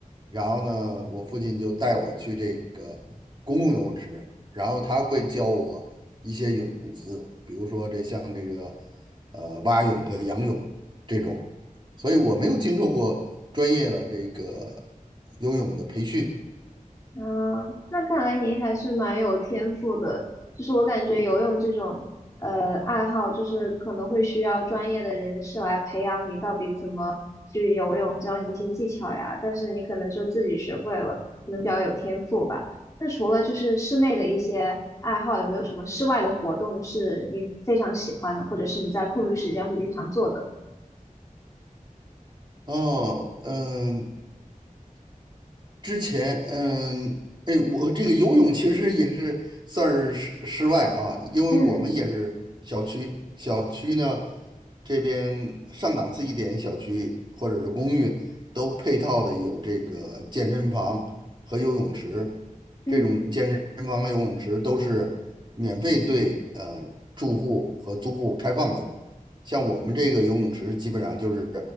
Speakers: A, on the right (about 35°); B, on the left (about 20°).
A: 然后呢，我父亲就带我去这个公共游泳池，然后他会教我一些泳姿，比如说这像这个呃蛙泳和仰泳这种，所以我没有经受过专业的这个游泳的培训。
B: 啊，那看来您还是蛮有天赋的。就是我感觉游泳这种呃爱好，就是可能会需要专业的人士来培养你到底怎么去游泳，教你一些技巧呀。但是你可能就自己学会了，可能比较有天赋吧。那除了就是室内的一些爱好，有没有什么室外的活动是你非常喜欢的，或者是你在空余时间会经常做的？
A: 哦，嗯，之前，嗯，哎，我这个游泳其实也是算是室室外啊，因为我们也是小区，
B: 嗯
A: 小区呢这边上档次一点小区或者是公寓都配套的有这个健身房和游泳池，
B: 嗯，
A: 这种健身房和游泳池都是免费对呃住户和租户开放的。像我们这个游泳池，基本上就是